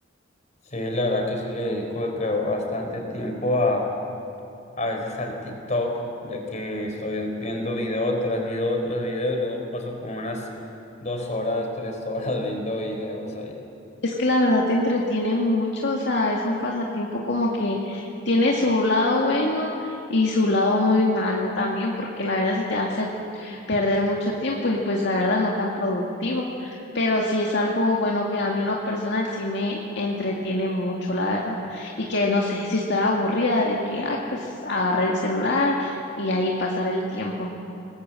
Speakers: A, on the left; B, on the left.
A: Sí, la verdad que sí le dedico de que bastante tiempo a, a veces al TikTok, de que estoy viendo video tras video tras video y luego paso como unas dos horas, tres horas <laughs> viendo videos ahí.
B: Es que la verdad te entretiene mucho, o sea, es un pasatiempo como que tiene su lado bueno y su lado muy malo también, porque la verdad si te hace perder mucho tiempo y pues la verdad no tan productivo, pero sí es algo bueno que a mí en lo personal sí me entretiene mucho, la verdad, y que no sé si estoy aburrida de que, ay, pues agarrar el celular y ahí pasar el tiempo.